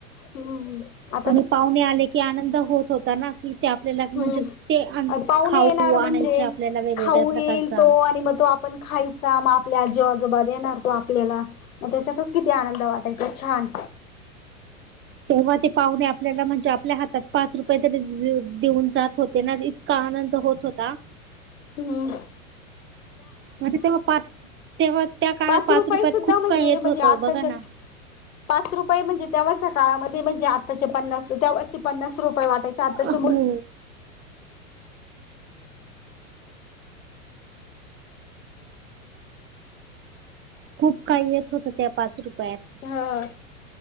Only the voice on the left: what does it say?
हम्म आ
हम्म
पाहुणे
येणार
म्हणजे
खाऊ
येईल तो आणि म तो आपण खायचा म आपल्या आजी आजोबा देणार तो आपल्याला. म त्याच्यातच किती आनंद वाटायचा छान.
हम.
पाच रुपये
सुद्धा
म्हणजे
म्हणजे
आत्ताच्यात
पाच रुपये म्हणजे त्याव्हाच्या काळामध्ये म्हणजे आताचे पन्नास त्या <unintelligible> पन्नास रुपये वाटायचे. आत्ताचे
मुल
हा,